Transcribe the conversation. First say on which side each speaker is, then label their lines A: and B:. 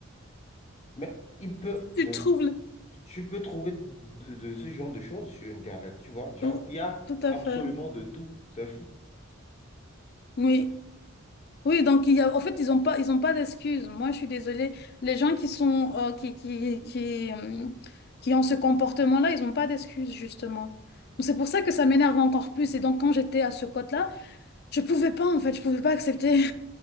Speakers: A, on the left (about 30°); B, on the left (about 50°).
A: Mais il peut, je,
B: Tu trouves le-
A: tu peux trouver de, de ce genre de choses sur Internet, tu vois. Genre,
B: Oh,
A: il y a
B: tout à
A: absolument
B: fait.
A: de tout. C'est fou.
B: Oui. Oui, donc il y a, en fait, ils n'ont pas, ils ont pas d'excuses. Moi, je suis désolée. Les gens qui sont, euh, qui, qui, qui, hum, qui ont ce comportement-là, ils n'ont pas d'excuses, justement. C'est pour ça que ça m'énerve encore plus. Et donc, quand j'étais à ce code là je pouvais pas, en fait, je pouvais pas accepter.